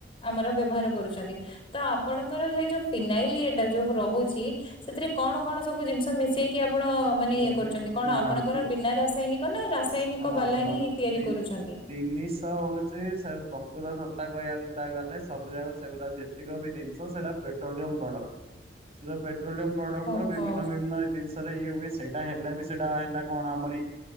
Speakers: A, on the left; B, on the right.
A: ଆମର ବ୍ୟବହାର କରୁଛନ୍ତି। ତ ଆପଣଙ୍କର ସେଇ ଯୋଉ ଫିନାଇଲ ଇଟା ଯୋଉ ରହୁଛି ସେଥିରେ କଣ କଣ ସବୁ ଜିନିଷ ମିଶେଇି କି ଆପଣ
B: ଯେହେତୁ
A: ମାନେ ଇଏ କରୁଛନ୍ତି କଣ ଆପଣଙ୍କର ବିନା ରାସାୟନିକ ନା ରାସାୟନିକ
B: ଶୁଣ
A: ବାଲା
B: ଶୁଣ
A: ହିଁ ତିଆରି
B: ଦି
A: କରୁଛନ୍ତି।
B: ଜିନିଷ ହଉଛି ସେ ପ୍ରକତ ସତା କହିବା କଥା ଗଲେ ସବୁ ଜାକ ସେଗୁଡା ଯେତିକି ପ୍ରକିନ ସେଟା ପେଟ୍ରୋଳୟମ୍ ପ୍ରଡ଼କ୍ଟ ପେଟ୍ରୋଳୟମ୍ ପ୍ରଡକ୍ଟ
A: ଓହୋ
B: ର ବିଭିନ୍ନ ବିଭିନ୍ନ ଜିନିଷ ର ଇଏ ହୁଏ ସେଇଟା ହେଲେ ବି ସେଇଟା ହେଲା କଣ ଆମରି